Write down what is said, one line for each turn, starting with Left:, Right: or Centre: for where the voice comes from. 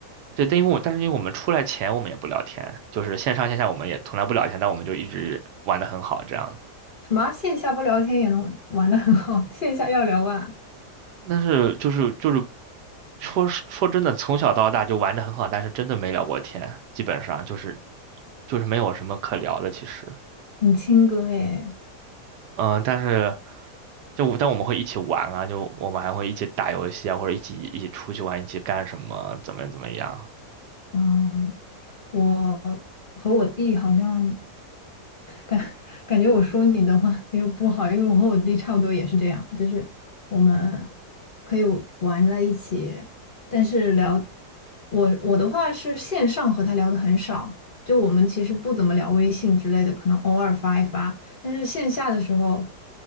Right: 对，但因为我但是因为我们出来前我们也不聊天，就是线上线下我们也从来不聊天，但我们就一直玩的很好这样
Left: 什么线下不聊天也能玩得很好，线下要聊啊。
Right: 但是就是就是说说真的，从小到大就玩的很好，但是真的没聊过天，基本上就是就是没有什么可聊的，其实，
Left: 你亲哥诶，
Right: 嗯，但是就我但我们会一起玩啊，就我们还会一起打游戏啊，或者一起一起出去玩，一起干什么，怎么怎么样，
Left: 嗯，我和我弟好像。感感觉我说你的话又不好，因为我和我弟差不多也是这样，就是我们可以玩在一起，但是聊我我的话是线上和他聊的很少，就我们其实不怎么聊微信之类的，可能偶尔发一发，但是线下的时候